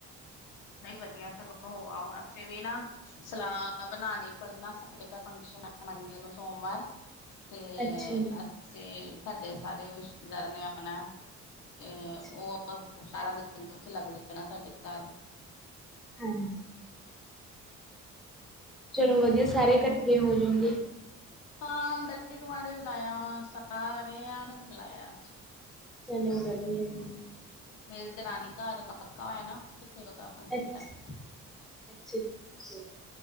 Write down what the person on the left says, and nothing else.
ਨਹੀਂ ਵਧੀਆ ਸਗੋਂ ਹੋ ਆਓ, ਅਸੀਂ ਵੀ ਨਾ ਸਲਾਹ ਬਣਾਉਣੀ, ਪਰ ਨਾ ਸਾਡੇ ਘਰ ਫੰਕਸ਼ਨ ਮੰਡੇ ਨੂੰ ਸੋਮਵਾਰ ਤੇ
ਅਸੀਂ, ਸਾਡੇ ਸਾਰੇ ਰਿਸ਼ਤੇਦਾਰਾਂ ਨੇ ਆਉਣਾ। ਤੇ
ਉਹ ਸਾਰਾ ਦਿਨ ਉੱਥੇ ਲੱਗ ਜਾਣਾ ਸਾਡੇ ਘਰ
ਹਾਂ, ਗਲੀ ਗੁਆਂਢ ਵੀ ਬੁਲਾਇਆ ਵਾ, ਸਾਰਿਆਂ ਨੂੰ ਬੁਲਾਇਆ
ਮੇਰੇ ਦਰਾਨੀ ਘਰ ਕਾਕਾ ਹੈ ਨਾ ਤੇ ਫਿਰ ਉਹਦਾ ਫੰਕਸ਼ਨ
ਕਰਨਾ।